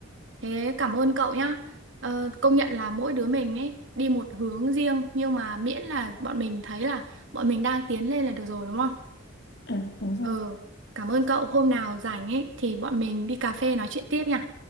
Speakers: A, on the right; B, on the left.
A: thế cảm ơn cậu nhá. Ờ, công nhận là mỗi đứa mình ấy đi một hướng riêng nhưng mà miễn là bọn mình thấy là bọn mình đang tiến lên là được rồi đúng không?
B: ừ, đúng rồi
A: Ừ, cảm ơn cậu. Hôm nào rảnh ấy thì bọn mình đi cà phê nói chuyện tiếp nha.